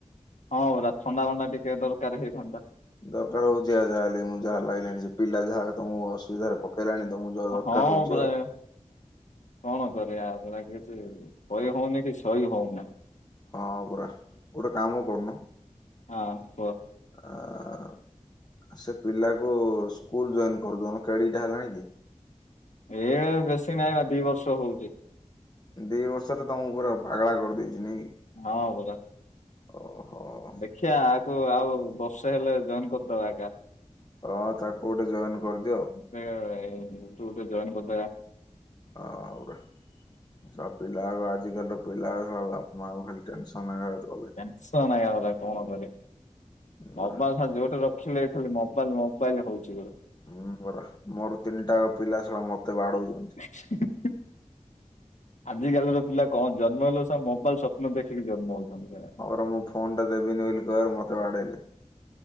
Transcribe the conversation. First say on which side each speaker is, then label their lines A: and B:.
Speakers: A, on the left; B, on the left.
A: ହଁ <unintelligible> ଥଣ୍ଡାଭଣ୍ଡା ଟିକେ ଦରକାର ହେଇଥାନ୍ତା।
B: ଦରକାର ହଉଛି ଯାହେଲେ ବି, ମୁଁ ଯାହା ଲାଗିଲାଣି ସେ ପିଲା ଯାହା ମୁଁ ଅସୁବିଧାରେ ପକେଇ ଲାଣି ତମକୁ ଯା ଦରକାର
A: ହଁ
B: ହଉଚି
A: ପରା
B: ଆଉ।
A: କଣ କରିଆ ଆଉ ନା କିଛି କହି ହଉନି କି ସହି ହଉନି।
B: ହଁ ପରା ଗୋଟେ କାମ କରୁନୁ
A: ହଁ କୁହ।
B: ଆ ସେ ପିଲାକୁ ସ୍କୁଲ ଜଏନ୍ କରିଦେଉନୁ, କେଡ଼ିକିଟା ହେଲାଣି କି?
A: ଏ ବେଶୀ ନାହିଁ ବା ଦି ବର୍ଷ ହଉଛି।
B: ଦିବର୍ଷର ତମକୁ ପୁରା ପାଗଳା କରିଦେଇଚି ନାଇଁ।
A: ହଁ ପରା।
B: ହଉ ହଉ।
A: ଦେଖିଆ ଆକୁ ଆଉ ବର୍ଷେ ହେଲେ ଜଏନ୍ କରିଦବା ଆକା।
B: ହଁ ତାକୁ ଗୋଟେ ଜଏନ୍ କରିଦିଅ
A: <unintelligible> ବୁଝୁନୁ ଟିକେ ଜଏନ୍ କରିଦବା।
B: ହଉ ସବୁ ପିଲା ଆଉ ଆଜିି କାଲିର ପିଲା ଶଳା ବାପ ମାଙ୍କୁକୁ ଖାଲି ଟେନସନ <unintelligible> କଲେ।
A: <unintelligible> ଶଳା ଝୁଅଟେ <unintelligible>
B: ପରା।
A: ଦେଖିଲେ ଖାଲି ମୋବାଇଲ ମୋବାଇଲ ହଉଚି ପୁରା।
B: ହଁ ପରା ମୋର ତିନିଟାକ ପିଲା ଶଳା ମତେ ବାଡଉଚନ୍ତି।
A: <inaudible> ଆଜିକାଲିର ପିଲା କଣ, ଜନ୍ମ ହେଲେ ଶଳା ମୋବାଇଲ ସ୍ୱପ୍ନ ଦେଖିକି ଜନ୍ମ ହଉଛନ୍ତି ଶଳା।
B: ହଁ ପରା ମୁଁ ଫୋନ୍ ଟା ଦେବିନି ବୋଲିି କହିଆରୁ ମତେ ବାଡେଇଲେ।